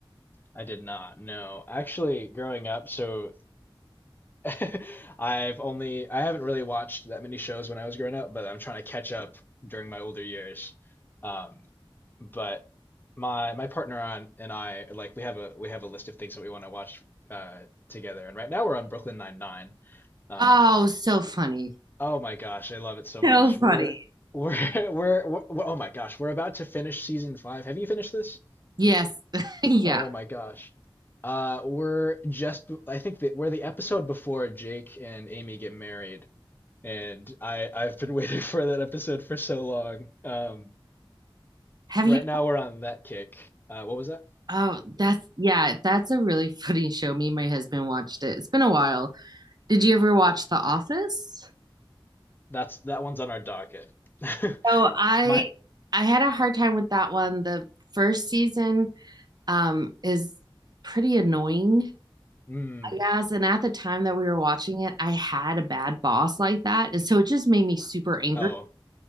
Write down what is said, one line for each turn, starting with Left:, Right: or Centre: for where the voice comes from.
Left: I did not know. Actually, growing up, so <laughs> I've only I haven't really watched that many shows when I was growing up, but I'm trying to catch up during my older years. Um, but my my partner on and I like we have a we have a list of things that we want to watch uh together, and right now we're on Brooklyn Nine-Nine. Um,
Right: Oh, so funny.
Left: Oh my gosh, I love it so
Right: So
Left: much.
Right: funny.
Left: We're we're <laughs> we're, we oh my gosh, we're about to finish season five. Have you finished this?
Right: Yes, <laughs> yeah.
Left: Oh my gosh. Uh, we're just I think that we're the episode before Jake and Amy get married, and I I've been <laughs> waiting for that episode for so long. Um,
Right: Have
Left: right
Right: you?
Left: now we're on that kick. Uh, what was that?
Right: Oh, that's yeah. That's a really funny show. Me and my husband watched it. It's been a while. Did you ever watch The Office?
Left: That's that one's on our docket. <laughs>
Right: Oh, I
Left: My
Right: I had a hard time with that one. The first season um is pretty annoying
Left: mm,
Right: Yes, and at the time that we were watching it, I had a bad boss like that, and so it just made me super angry.
Left: oh